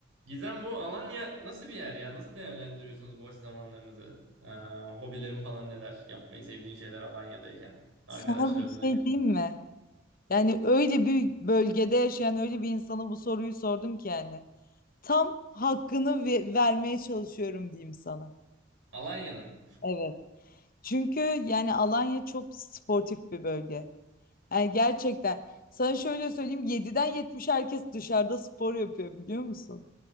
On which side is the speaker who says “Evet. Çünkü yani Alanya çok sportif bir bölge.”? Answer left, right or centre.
Left